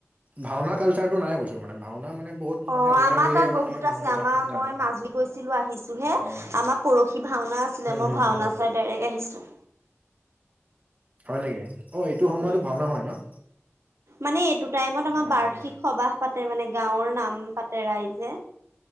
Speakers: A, on the right; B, on the right.
A: ভাওনা কালচাৰতটো নাই কৈছো মানে ভাওনা মানে বহুত মানে
B: অ',
A: ৰেয়াৰলিহে
B: আমাৰ তাত
A: মানে
B: বহুত
A: মানুহে
B: আছে আমাৰ
A: জা জানে
B: মই মাজি গৈছিলো আহিছো হে।
A: অ
B: আমাৰ পৰখি ভাওনা আছিলে।
A: হম
B: মই
A: হম
B: ভাওনা
A: হম
B: চাই ডাইৰেক্ট আহিছো।
A: হয় নেকি। অ', এইটো সময়তো
B: উম
A: ভাওনা হয় ন'?
B: মানে এইটো টাইমত আমাৰ
A: অ
B: বাৰ্ষিক
A: হুম
B: সবাহ পাতে মানে গাঁওৰ নাম পাতে ৰাইজে।